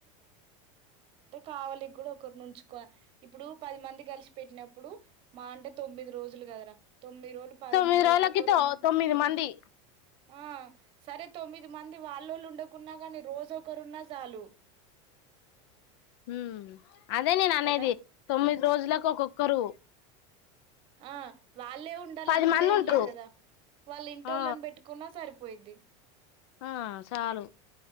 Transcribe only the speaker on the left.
తొమ్మిది
రోజులకి
తో తొమ్మిది మంది
ఉ అదే నేను అనేది
తొమ్మిది రోజులకు ఒక్కొక్కరు
పది
మంది
ఉంట్రు
ఆ
ఆ చాలు